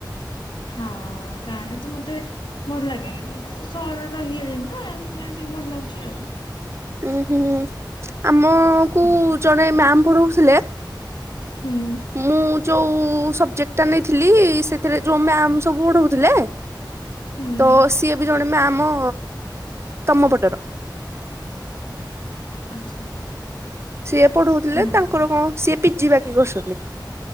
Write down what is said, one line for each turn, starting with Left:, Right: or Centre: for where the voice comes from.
Left: ହଁ ଗାଁରେ ତ ମତେ ଭଲ ଲାଗେନି ସହରରେ ରହିଆଇଲିଣି ନା ସେଥିପାଇଁ ଟିକେ ଭଲ ଲାଗୁଛି ଆଉ।
Right: ଉୁଁ ହୁଁ ହୁଁ ଆମକୁୁ
Left: ହୁଁ।
Right: ଜଣେ ମ୍ୟାାମ ପଢଉଥିଲେ
Left: ହୁଁ।
Right: ମୁଁ ଯୋଉ ସବଜେକ୍ଟ ଟା ନେଇଥିଲି ସେଥିରେ ଯୋଉ ମ୍ୟାମ ସବୁ ଉଡଥିଲେ।
Left: ହୁଁ
Right: ତ ସିଏ ବି ଜଣେ ମ୍ୟାମ ତମ ପଟର।
Left: ଆଚ୍ଛା।
Right: ସିଏ ପଢଉଥିଲେ
Left: ହୁଁ।
Right: ତାଙ୍କର କଣ ସିଏ ପିଜି ବାକି କରୁଛନ୍ତି।